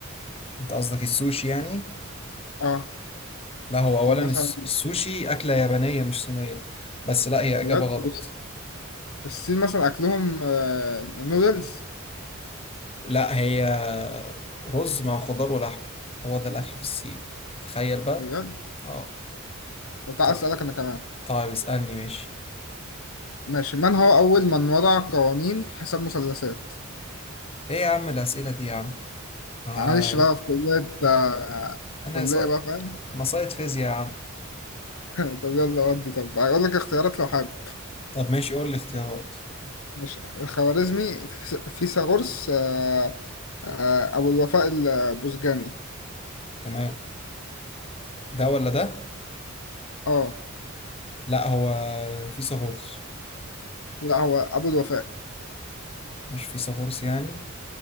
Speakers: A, on the left; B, on the left.
A: أنت قصدك السوشي يعني؟
B: اه
A: لا هو أولا
B: او مثلا
A: الس- السوشي أكلة يابانية مش صينية بس لا هي إجابة
B: بجد
A: غلط
B: بص، الصين مثلا اكلهم آه نودلز
A: لا هي رز مع خضار ولحم هو ده الأكل في الصين تخيل بقى
B: بجد
A: اه
B: طب تعال
A: طيب
B: اسالك انا كمان
A: طيب اسألني ماشي
B: ماشي من هو اول من وضع قوانين حساب مثلثات
A: إيه يا عم الأسئلة دي يا عم؟ آه،
B: معلش بقى في كلية آه،
A: أنا
B: كلية
A: ص...
B: بقى فاهم
A: أنا صايد فيزياء يا عم
B: <laughs> طب يلا ودي طب هقول لك اختيارات لو حابب
A: طب ماشي قول لي اختيارات
B: مش الخوارزمي فيثاغورس آه، آه، أبو الوفاء البوزجاني
A: تمام ده ولا ده؟
B: اه
A: لا هو فيثاغورس
B: لا هو أبو الوفاء
A: مش فيثاغورس يعني